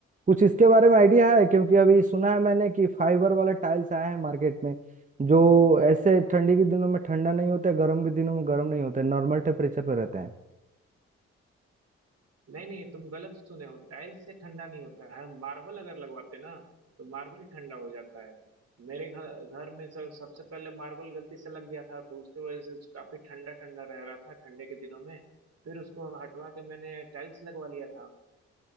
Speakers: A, on the right; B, on the right.
A: कुछ इसके बारे में आइडिया है क्योंकि अभी सुना है मैंने कि फाइबर वाले टाइल्स आए हैं मार्केट में जो ऐसे ठंडी के दिनों में ठंडा नहीं होते गर्म के दिनों में गर्म नहीं होते नॉर्मल टेम्परेचर पे रहते हैं
B: नहीं नहीं तुम गलत सुने हो टाइल्स से ठंडा नहीं होता है मार्बल अगर लगवाते ना तो मार्बल ठंडा हो जाता है मेरे घर घर में सब सबसे पहले मार्बल गलती से लग गया था तो उसकी वजह से काफी ठंडा ठंडा रह रहा था ठंडे के दिनों में फिर उसको हटवा के मैंने टाइल्स लगवा लिया था